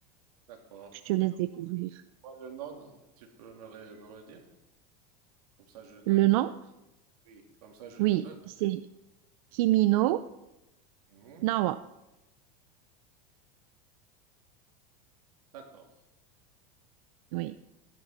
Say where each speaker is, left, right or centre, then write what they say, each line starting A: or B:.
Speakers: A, on the right; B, on the right.
A: d'accord.
B: je te laisse découvrir.
A: Quoi, le nom, non? Tu peux me, re- me redire? Comme ça, je note.
B: Le nom?
A: Oui, comme ça, je
B: Oui,
A: le note.
B: c'est Kimino
A: Mhm.
B: Nawa.
A: D'accord.
B: Oui.